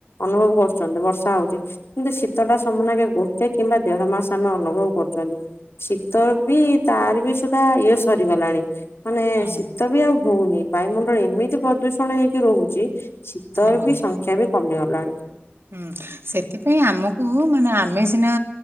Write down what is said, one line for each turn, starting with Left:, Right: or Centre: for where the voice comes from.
Left: ଅନୁଭବ କରୁଛନ୍ତି ବର୍ଷା ହଉଛି କିନ୍ତୁ ଶୀତ ଟା ସମୁନାକେ ଗୋଟେ କିମ୍ବା ଦେଢ ମାସ ଆମେ ଅନୁଭବ କରୁଛନ୍ତି ଶୀତ ବି ତାର ବି ସୁଦ୍ଧା ଇଏ ସରିଗଲାଣି। ମାନେ
Right: ହୁଁ।
Left: ଶୀତ ବି ଆଉ ହଉନି ବାୟୁମଣ୍ଡଳ ଏମିତି ପ୍ରଦୂଷି ଣ ହେଇକି ରହୁଛି ଶୀତର
Right: ହଁ
Left: ବି ସଂଖ୍ୟା ବି କମିଗ ଲାଣି
Right: ହୁଁ ସେଥିପାଇଁ ଆମକୁ ମାନେ ଆମେ ସିନା